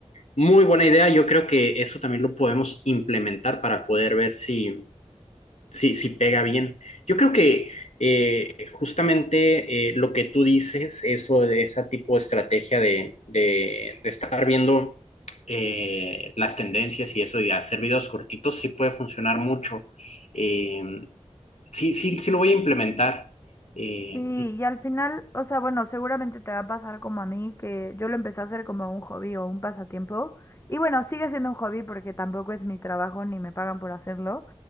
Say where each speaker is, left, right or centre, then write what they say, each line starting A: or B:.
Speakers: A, on the left (about 75°); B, on the left (about 25°).
A: Muy buena idea. Yo creo que eso también lo podemos implementar para poder ver si Sí, sí pega bien. Yo creo que eh, justamente eh, lo que tú dices, eso de esa tipo de estrategia de, de- de estar viendo eh, las tendencias y eso y hacer videos cortitos, sí puede funcionar mucho. Eh, sí, sí, sí lo voy a implementar. Eh,
B: Sí, y al final, o sea, bueno, seguramente te va a pasar como a mí, que yo lo empecé a hacer como un hobby o un pasatiempo. Y bueno, sigue siendo un hobby porque tampoco es mi trabajo ni me pagan por hacerlo.